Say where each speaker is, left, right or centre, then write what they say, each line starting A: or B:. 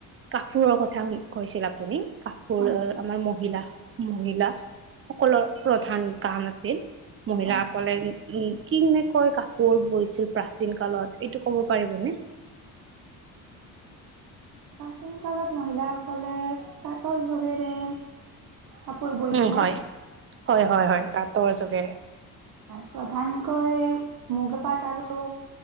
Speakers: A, on the right (about 35°); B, on the right (about 60°).
A: কাপোৰৰ কথা কৈছিল আপুনি। কাপোৰৰ
B: হয়
A: আমাৰ মহিলা- মহিলা সকলৰ প্ৰধান কাম আছিল, মহিলাসকলে
B: হয়
A: উম, কিনেকৈ কাপোৰ বৈছিল প্ৰাচীন কালত, এইটো ক'ব পাৰিবনে?
B: প্ৰাচীন কালত মহিলাসকলে তাঁতৰ যোগেৰে কাপোৰ বৈছিলে।
A: উম হয় হয়, হয়, হয়, তাঁতৰ যোগেৰে।
B: হয়, প্ৰধানকৈ মুগা পাট আৰু